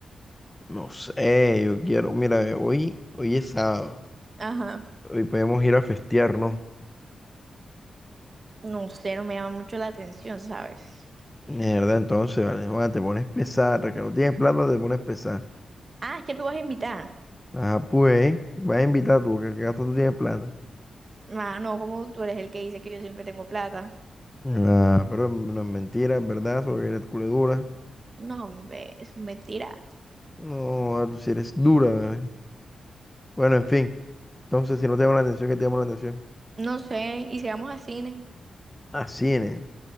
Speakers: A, on the left; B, on the right.
A: No sé, yo quiero. Mira, eh, hoy, hoy es sábado.
B: Ajá.
A: Hoy podemos ir a festear, ¿no?
B: No sé, no me llama mucho la atención, ¿sabes?
A: Mierda, entonces, vale, Juan, te pones pesar, que no tienes plata, te pones pesar.
B: Ah, es que tú vas a invitar.
A: Ajá, pues, vas a invitar tú, que gasto tú tienes plata.
B: Ah, no, como tú eres el que dice que yo siempre tengo plata.
A: Ah, pero no es mentira, es verdad, solo que eres culo dura.
B: No, hombre, es mentira.
A: No, ah, tú sí eres dura, ¿vale? Bueno, en fin, entonces, si no te llama la atención, ¿qué te llama la atención?
B: No sé, y si vamos a cine.
A: Ah, cine,